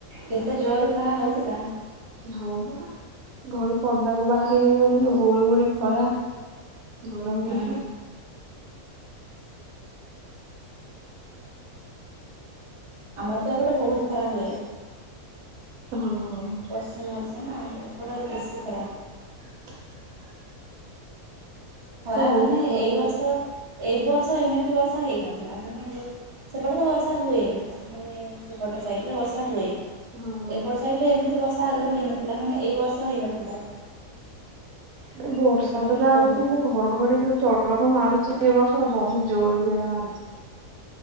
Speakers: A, on the right; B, on the right.
A: କେତେ ଜୋରେ ଖରା ହୋଉଥିଲା।
B: ହଁ ବା ଘରୁ ପଦାକୁ ବାହାରି ହେଇହୁଏନି ଯୋଉ ଗୁଳି ଗୁଳି ଖରା ଗରମ
A: ହୁଁ
B: ହୋଉଥୁଲା।
A: ଆମର ତ ଏପଟେ ବୋହୁତ ଖରା ହୁଏ।
B: ହଁଅ।
A: <unintelligible> ଓପରା ବେଶୀ ଖରା
B: ହ <inaudible>
A: ଖରା ମାନେ
B: ବହୁତ ଗରମ
A: ଏଇ ବର୍ଷ ଏ ବର୍ଷ ଏମିତି ବର୍ଷା ହେଇନଥିଲା ମାନେ ଯୋଉ ସେପଟେ ତ ବର୍ଷା ହୁଏ। ମାନେ ସେପଟ ସାଇଡ଼ରେ ବର୍ଷା ହୁଏ।
B: ହଁ
A: ଏପଟ ସଇଡରେ ଏମିତି ବର୍ଷା ଆଗରୁ ହେଇନଥିଲା ମାନେ ଏଇ ବର୍ଷ ହେଇନଥିଲା।
B: ଏ ବର୍ଷା
A: ଗୁଳୁଗୁଳି
B: ତ ଯାହା
A: ବହୁତ
B: ହୋଉ ଏପଟ୍ ଘଡଘଡି ଯୋଉ ଚଡକ ମାରୁଚି ଏ ବର୍ଷ ବୋହୁତ ଜୋରେ ଜୋରେ ମାରୁଚି।